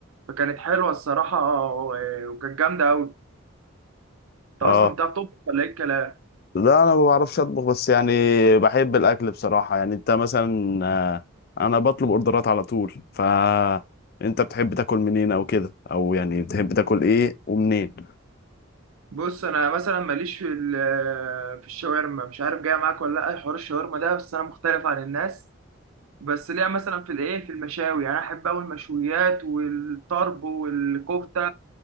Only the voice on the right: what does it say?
فكانت حلوه الصراحه آه، وكانت جامده قوي انت
اصلا بتعرف تطبخ ولا ايه الكلام
بص انا مثلا ماليش في ال- في الشاورما مش عارف جايه معاك ولا لا حوار الشاورما ده بس انا مختلف عن الناس بس ليها مثلا في الايه في المشاوي يعني أنا احب اوي المشويات والطرب والكفته